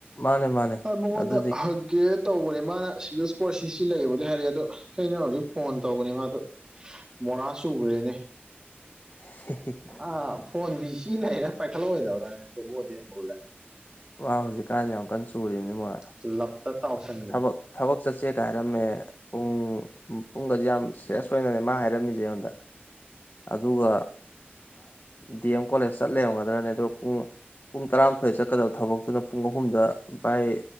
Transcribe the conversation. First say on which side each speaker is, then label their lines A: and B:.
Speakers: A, on the left (about 50°); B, on the right (about 20°).
A: ꯃꯥꯅꯦ ꯃꯥꯅꯦ
B: ꯃꯉꯣꯟꯗ
A: ꯑꯗꯨꯗꯤ
B: ꯍꯒꯦꯠ ꯇꯧꯕꯅꯦ ꯃꯥꯅ ꯁꯤꯚꯤꯜ ꯏꯁꯀꯣꯔꯁꯁꯤ ꯁꯤ ꯂꯩꯕꯗꯤ ꯍꯥꯏꯔꯛꯑꯦꯗꯣ ꯑꯩꯅ ꯍꯧꯖꯤꯛ ꯐꯣꯟ ꯇꯧꯕꯅꯦ ꯃꯥꯗꯣ ꯃꯣꯔꯥꯁꯨ ꯎꯈ꯭ꯔꯦꯅꯦ
A: <inaudible>
B: ꯑ ꯐꯣꯟꯗꯤ ꯁꯤ ꯂꯩꯔ ꯄꯥꯏꯈꯠꯂꯛꯑꯣꯣꯏꯗꯕ꯭ꯔꯥꯅꯦ ꯊꯦꯕꯣꯗꯤ ꯍꯒꯨꯜꯂꯦ
A: ꯃꯥ ꯍꯧꯖꯤꯛꯀꯥꯟ ꯌꯥꯝ ꯀꯟꯅ ꯆꯨꯔꯤꯕꯅꯤ ꯃꯣꯏ
B: ꯆꯂꯞ ꯇꯁ
A: ꯊꯕꯛ ꯊꯕꯛ ꯆꯠꯁꯦꯒ ꯍꯥꯏꯔꯝꯃꯦ ꯄꯨꯡ ꯄꯨꯡꯒꯁꯦ ꯌꯥꯝ ꯁꯦꯔꯁ ꯑꯣꯏꯅꯅꯦ ꯃꯥ ꯍꯥꯏꯔꯝꯃꯤꯁꯦ ꯑꯩꯉꯣꯟꯗ ꯑꯗꯨꯒ ꯗꯤ ꯑꯦꯝ ꯀꯣꯂꯦꯖ ꯆꯠꯂꯔꯝꯒꯗ꯭ꯔꯅꯦ ꯑꯗꯣ ꯄꯨꯡ ꯄꯨꯡ ꯇꯔꯥꯃꯥꯊꯣꯏ ꯆꯠꯀꯗꯕ ꯊꯕꯛꯇꯨꯅ ꯄꯨꯡ ꯑꯍꯨꯝꯗ ꯚꯥꯏ